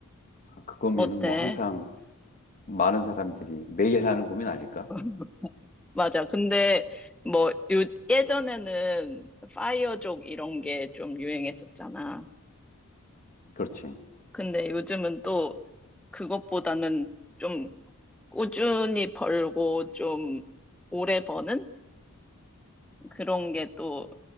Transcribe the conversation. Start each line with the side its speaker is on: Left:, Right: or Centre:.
Left: 아, 그 고민은
Centre: 어때?
Left: 뭐 항상 많은 사람들이 매일 하는 고민 아닐까?
Centre: <laughs> 맞아. 근데, 뭐, 요, 예전에는 파이어족 이런 게 좀 유행했었잖아.
Left: 그렇지.
Centre: 근데 요즘은 또 그것보다는 좀 꾸준히 벌고 좀 오래 버는? 그런 게 또